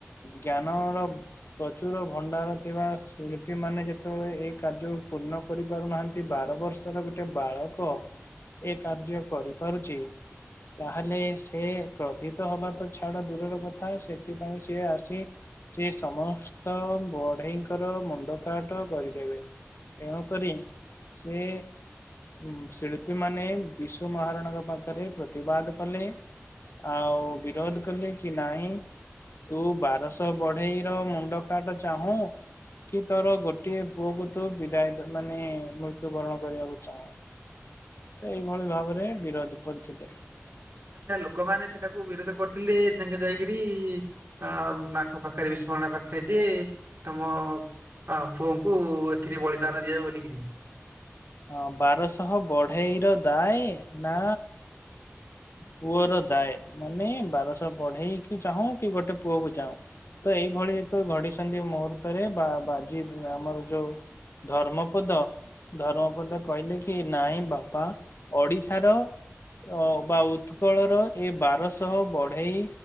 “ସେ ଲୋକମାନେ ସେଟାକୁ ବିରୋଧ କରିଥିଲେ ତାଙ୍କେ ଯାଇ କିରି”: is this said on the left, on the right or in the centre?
Right